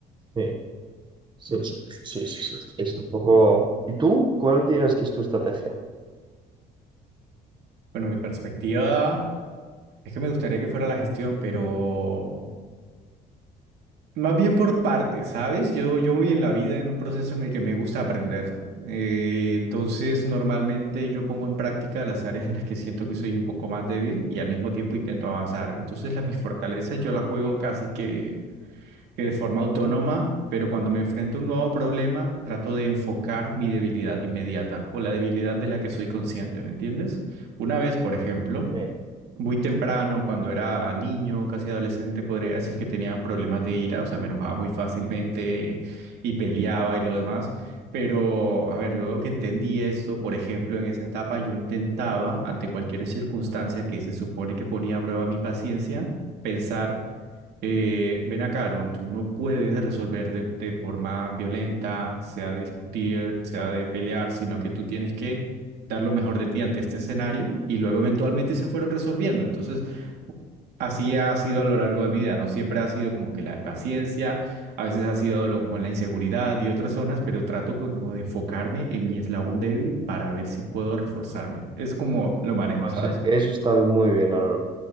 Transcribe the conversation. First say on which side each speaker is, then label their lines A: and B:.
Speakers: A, on the right; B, on the right.
A: Sí, sí, sí, sí, sí, sí. Es un poco... ¿Y tú? ¿Cuál dirías que es tu estrategia?
B: Bueno, mi perspectiva es que me gustaría que fuera la gestión, pero más bien por partes, ¿sabes? Yo, yo voy en la vida en un proceso en el que me gusta aprender. Eh, entonces, normalmente yo pongo en práctica las áreas en las que siento que soy un poco más débil y al mismo tiempo intento avanzar. Entonces, las mis fortalezas yo las juego casi que que de forma autónoma, pero cuando me enfrento a un nuevo problema, trato de enfocar mi debilidad inmediata o la debilidad de la que soy consciente, ¿me entiendes? Una vez, por ejemplo,
A: Sí,
B: muy temprano, cuando era niño, casi adolescente, podría decir que tenía problemas de ira, o sea, me enojaba muy fácilmente y peleaba y lo demás. Pero, a ver, luego que entendí esto, por ejemplo, en esa etapa yo intentaba, ante cualquier circunstancia que se supone que ponía a prueba mi paciencia, pensar, eh, ven acá, Aaron, tú no puedes resolver de, de forma violenta, sea de discutir, sea de pelear, sino que tú tienes que dar lo mejor de ti ante este escenario y luego eventualmente se fueron resolviendo. Entonces, así ha sido a lo largo de mi vida, no siempre ha sido como que la paciencia, a veces ha sido lo- como la inseguridad y otras zonas, pero trato como de enfocarme en mi eslabón débil para ver si puedo reforzarme. Es como lo manejo,
A: pues
B: ¿sabes?
A: eso está muy bien, Aaron.